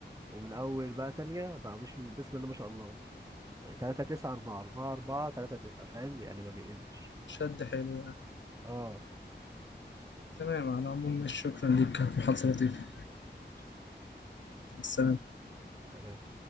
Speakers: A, on the right (about 20°); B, on the left (about 80°).
A: ومن اول بقى تانية بقى مش بسم الله ما شاء الله ثلاثة تسعة أربعة أربعة أربعة ثلاثة تسعة فاهم يعني ما بيقلش
B: شد حيله يعني
A: اه
B: تمام على العموم شكرا ليك كانت محادثه لطيفه
A: شكرا
B: مع السلامه
A: سلام